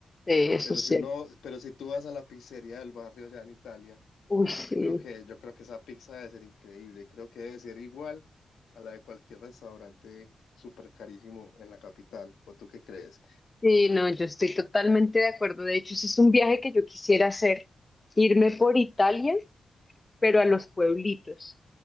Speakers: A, on the left (about 30°); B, on the left (about 80°).
A: Sí, eso
B: Pero
A: sí.
B: si uno, pero si tú vas a la pizzería del barrio allá en Italia
A: Uy, sí.
B: yo creo que, yo creo que esa pizza debe ser increíble. Creo que debe ser igual a la de cualquier restaurante súper carísimo en la capital. ¿O tú qué crees?
A: Sí, no, yo estoy totalmente de acuerdo. De hecho, ese es un viaje que yo quisiera hacer, irme por Italia. pero a los pueblitos,